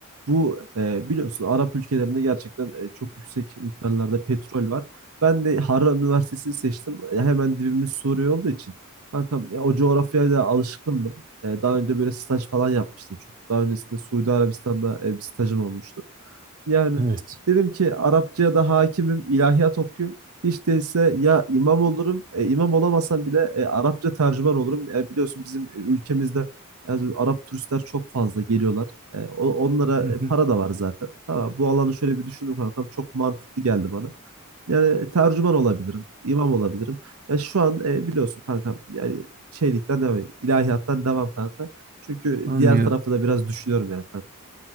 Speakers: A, on the right (about 75°); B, on the right (about 40°).
A: bu e, biliyorsun Arap ülkelerinde gerçekten e, çok yüksek miktarlarda petrol var. Ben de Harran Üniversitesi'ni seçtim. E, hemen dibimiz Suriye olduğu için. Kankam ya o coğrafyaya da alışkındım. E, daha önce böyle staj falan yapmıştım çünkü. Daha öncesinde Suudi Arabistan'da e, bir stajım olmuştu. Yani
B: Evet.
A: dedim ki Arapçaya da hakimim, ilahiyat okuyayım. Hiç değilse ya imam olurum, e, imam olamasam bile e, Arapça tercüman olurum. E, biliyorsun bizim e, ülkemizde yani Arap turistler çok fazla geliyorlar. E, o- onlara
B: Hı hı,
A: e, para da var zaten. Tamam, bu alanı şöyle bir düşündüm kankam. Çok mantıklı geldi bana. Yani tercüman olabilirim, imam olabilirim. Ya şu an e, biliyorsun kankam yani şeylikten devam, ilahiyattan devam kanka. Çünkü
B: anlıyorum.
A: diğer tarafı da biraz düşünüyorum yani kanka.